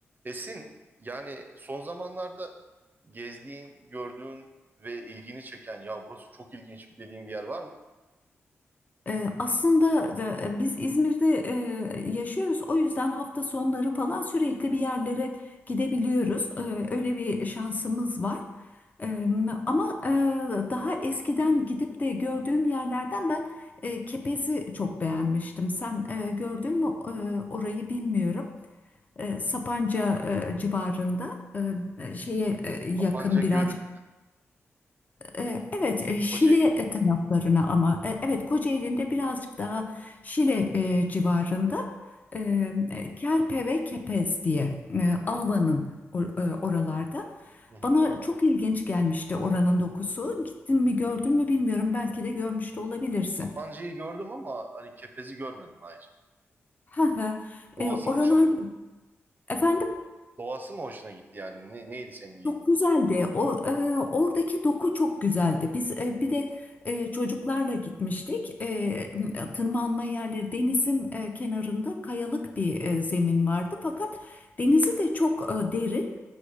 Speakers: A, on the right (about 40°); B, on the left (about 35°).
A: Esin, yani son zamanlarda gezdiğin, gördüğün ve ilgini çeken ya burası çok ilginç dediğin bir yer var mı?
B: Ee, aslında da, e, biz İzmir'de e, yaşıyoruz. O yüzden hafta sonları falan sürekli bir yerlere gidebiliyoruz. Ee, öyle bir şansımız var. Ee, ama e, daha eskiden gidip de gördüğüm yerlerden ben e, Kepez'i çok beğenmiştim. Sen e, gördün mü e, orayı bilmiyorum. E, Sapanca e, civarında e, şeye e, yakın
A: Papanca Gölü
B: biraz.
A: değil mi?
B: E, Evet, e, Şili
A: Kocaeli.
B: e, taraflarına ama e, evet Kocaeli'nde birazcık daha Şile e, civarında e,
A: Hı hı.
B: e, Kerpe ve Kepez diye e, Alvan'ın or- e, oralarda.
A: Hı hı.
B: Bana çok ilginç gelmişti oranın dokusu. Gittin mi gördün mü bilmiyorum. Belki de görmüş de olabilirsin.
A: Papanca'yı gördüm ama hani Kepez'i görmedim. Hayır.
B: Ha ha.
A: Doğası
B: E, oralar
A: mı hoşuna gitti?
B: efendim.
A: Doğası mı hoşuna gitti yani? Ne, neydi senin ilgin?
B: Çok güzeldi. O e, oradaki doku çok güzeldi. Biz e, bir de e, çocuklarla gitmiştik. E, tırmanma yerleri denizin e, kenarında kayalık bir e, zemin vardı. Fakat denizi de çok e, derin.